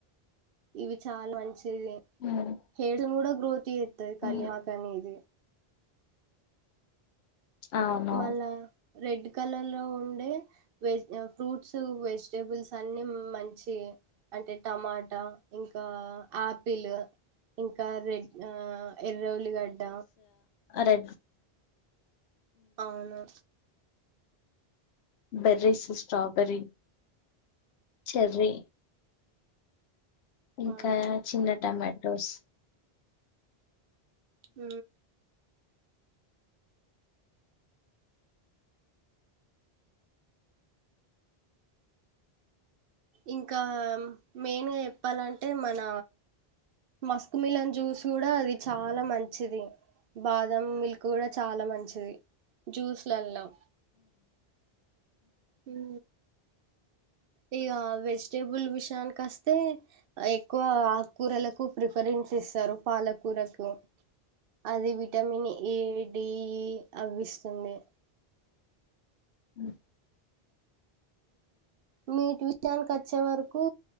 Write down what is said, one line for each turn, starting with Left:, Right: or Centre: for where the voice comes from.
Right: ఇవి చాలా మంచి
Left: ఉమ్,
Right: హ గ్రోత్ టి ఎతు కళ్యాణ
Left: ఉమ్,
Right: కణ ఇది
Left: అవును
Right: మళ్ళా రెడ్ కలర్ లో ఉండే వెజ ఫ్రూట్స్ వెజిటబుల్స్ అన్ని మంచి అంటే టమాటా ఇంకా ఆపిల్ ఇంకా రెడ్ ఎర్రౌలిగడ్డ
Left: అరే
Right: అవును
Left: బర్రీస్ స్ట్రాబెరిీ చెర్రీ ఇంకా
Right: అవును
Left: చిన్న టమాట స్
Right: హ ఇంకా మెయిన్గా చెప్పాలంటే మన మస్క్ మలన్ జ్యూస్ కూడా అది చాలా మంచిది బాదం మిల్క్ కూడా చాలా మంచిది జ్యూస్లులం హ ఇక వెజిటేబుల్ విషయానికి వస్తే ఎక్కువ ఆకుకూరలకు ప్రిఫరెన్స్ ఇస్తారు పాలకూరకు అది విటమిన్ ఏ డి అవవిష్టంది
Left: అ
Right: మీటి విషయానికినికి వచ్చే వరకు